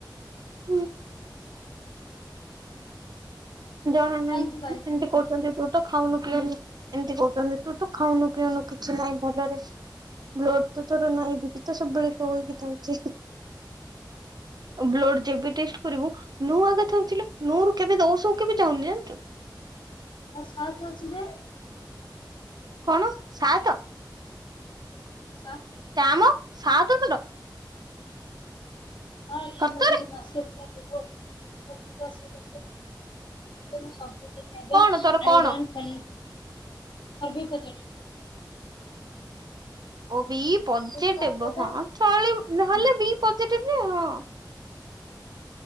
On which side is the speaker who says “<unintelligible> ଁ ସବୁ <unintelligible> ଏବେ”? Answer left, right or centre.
Left